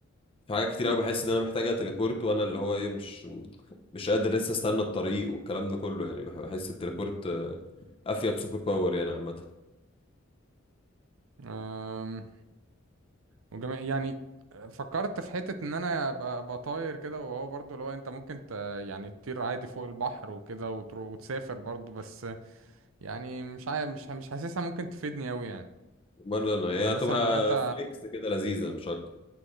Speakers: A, on the left (about 25°); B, on the right (about 80°).
A: في حاجات كتير قوي بحس ان انا محتاجه تليبورت وانا اللي هو ايه مش مش قادر لسه استنى الطريق والكلام ده كله يعني بح- بحس التليبورت آه، افيد سوبر باور يعني عامه
B: آم، وجميع يعني فكرت في حته ان انا ابقى ابقى طاير كده وهو برضو اللي هو انت ممكن ت يعني تطير عادي فوق البحر وكده وتروح وتسافر برضو بس يعني مش عارف مش مش حاسسها ممكن تفيدني اوي يعني
A: امال انا هي
B: يعني
A: هتبقى
B: مثلا حتى
A: فليكس كده لذيذه مش اكتر